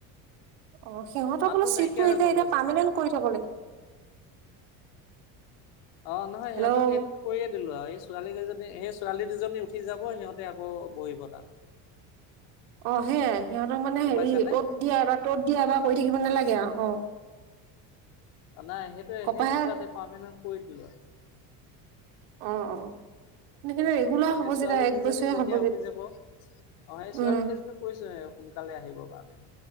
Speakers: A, on the right (about 80°); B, on the left (about 85°).
A: অঁ সিহঁতৰ
B: মাতটো
A: বোলো চিটটো
B: নাইকিয়া হৈ
A: এতিয়া
B: গ'ল
A: এতিয়া
B: গৈছে
A: পাৰ্মেনেণ্ট কৰি থ'ব লাগিব
B: অঁ নহয়
A: হেল্ল'
B: সিহঁতৰ সেইটো কৰিয়ে দিলো আৰু এই ছোৱালী কেইজনী সেই ছোৱালী দুজনী উঠি যাব সিহঁতে আকৌ বহিব তাত
A: অ সেয়াই সিহঁতক মানে
B: গম
A: হেৰি
B: পাইছানে
A: অত দিয়া এবাৰ ত'ত দিয়া এবাৰ কৰি থাকিব নালাগে আৰু অ
B: নাই সেইটোৱেই
A: কপাহে
B: সেই দুটাতে পাৰৰ্মেনেন্ট কৰি দিলো আ
A: অ অ সেইকাৰণে
B: সে
A: ৰেগুলাৰ হ'ব
B: সেই ছোৱালী
A: যেতিয়া এক
B: দুজনী
A: বছৰীয়া
B: যেতিয়া
A: হ'ব
B: উঠি যাব অ সেই ছোৱালী
A: উম
B: কেইজনীক কৈছোৱেই সোনকালে আহিবৰ কাৰণে